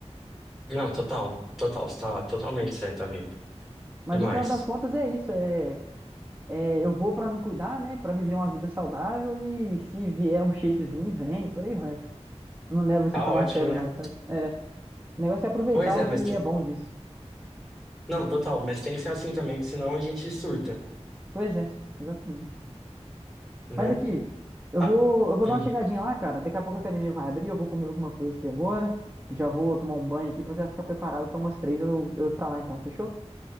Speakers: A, in the centre; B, on the right.
A: Não, total, total, você tá totalmente certo, amigo.
B: Mas
A: Demais.
B: no final das contas é isso, é. é, eu vou pra me cuidar, né? Pra viver uma vida saudável e se vier um shapezinho, vem, por aí vai. Não levo isso
A: Tá
B: tão
A: ótimo,
B: a sério
A: né?
B: mais, sabe? É. O negócio é aproveitar
A: Pois
B: o
A: é,
B: que
A: mas te-
B: é bom disso.
A: não, total, mas tem que ser assim também, que senão a gente surta,
B: Pois é, exatamente.
A: né?
B: Mas aqui, eu
A: Ah,
B: vou, eu vou
A: hum.
B: dar uma chegadinha lá, cara. Daqui a pouco a academia vai abrir, eu vou comer alguma coisa aqui agora. Já vou tomar um banho aqui pra eu já ficar preparado pra umas três eu, eu ir pra lá então, fechou?